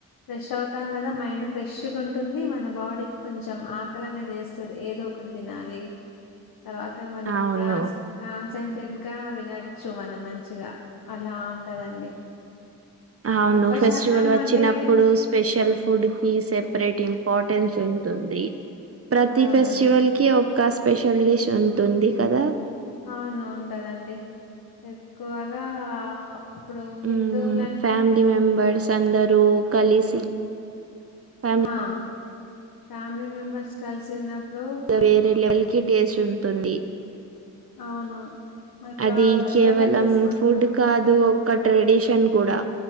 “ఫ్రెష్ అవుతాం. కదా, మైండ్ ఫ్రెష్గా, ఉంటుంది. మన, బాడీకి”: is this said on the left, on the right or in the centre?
Left